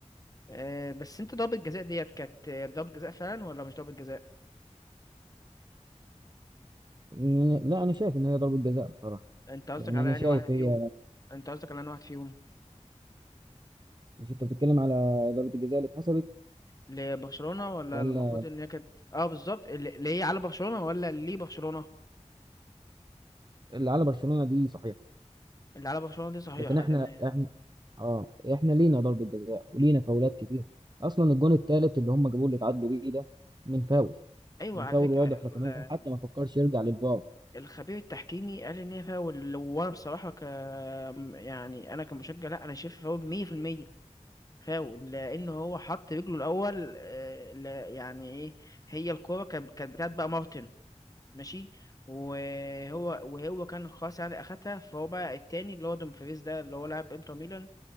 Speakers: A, on the left; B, on the right.
A: آه، بس انت ضربة جزاء ديت كانت آه، ضربة جزاء فعلا ولا مش ضربة جزاء
B: م- لا انا شايف ان هي ضربة جزاء بصراحة
A: انت قصدك
B: يعني
A: على
B: انا شايف
A: انهي واحد
B: هي
A: فيهم انت قصدك على انهي واحد فيهم
B: مش انت بتتكلم على ضربة الجزاء اللي اتحسبت
A: لبرشلونة ولا
B: ولا
A: المفروض ان هي كانت اه بالظبط اللي اللي هي على برشلونة ولا اللي برشلونة
B: اللي على برشلونة دي صحيح
A: اللي على برشلونة دي صحيحة
B: لكن احنا
A: تمام
B: احنا اه احنا لينا ضربة جزاء ولينا فاولات كتير اصلا الجون الثالث اللي هم جابوه اللي اتعادلوا بيه ده من فاول
A: ايوه
B: من
A: على
B: فاول
A: فكرة
B: واضح لكن
A: ال-
B: هو حتى ما فكرش يرجع للفار
A: الخبير التحكيمي قال ان هي فاول وانا بصراحة ك يعني انا كمشجع لا انا شايف فاول 100% فاول لان هو حط رجله الاول آه، ل- يعني ايه هي الكوره كانت كانت بتاعت بقى مارتن ماشي وهو وهو كان خلاص يعني اخدها فهو بقى التاني اللي هو دومفريز ده اللي هو لاعب انتر ميلان